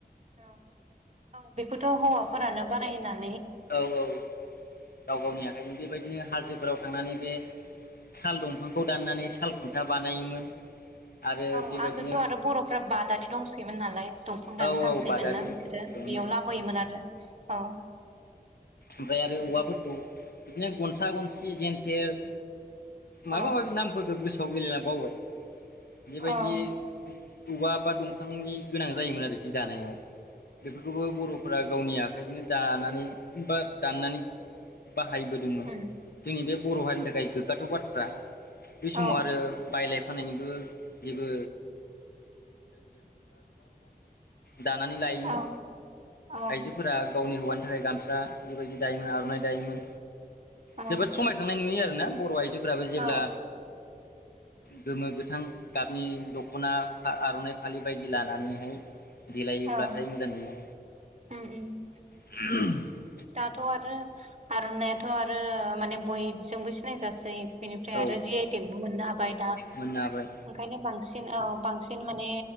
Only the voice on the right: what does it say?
औ औ बेखौथ' हौवाफोरानो बानायो ना
औ
आगोलथ' आरो बर'फ्रा बादारि दंसैयोमोन नालाय दंफां दाननो
थांसैयोमोना
बिसोरो
बेयाव लाबोयोमोन आरो औ।
उम
औ
औ औ
औ
औ
औ औ
औ
औ
औ
औ।
दाथ' आरो आर'नायाथ' आरो माने बयजोंबो सिनायजासै बेनिफ्राय आरो
जि आइटिकबो मोननो हाबाय दा
ओंखायनो बांसिन औ बांसिन माने